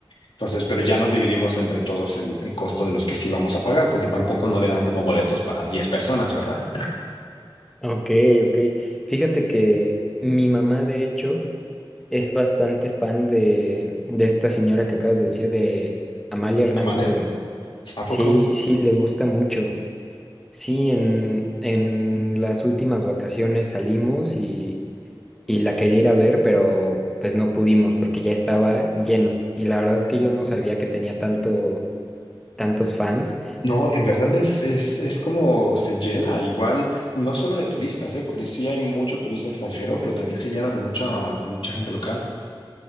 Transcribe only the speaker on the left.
Entonces, pero ya nos dividimos entre todos el, el costo de los que sí vamos a pagar, porque tampoco no le dan como boletos para diez personas, ¿verdad?
Amalia,
¿a
poco?
No, en verdad es, es, es como se llena igual, no solo de turistas, ¿eh? Porque sí hay mucho turista extranjero, pero también se llena de mucha, de mucha gente local.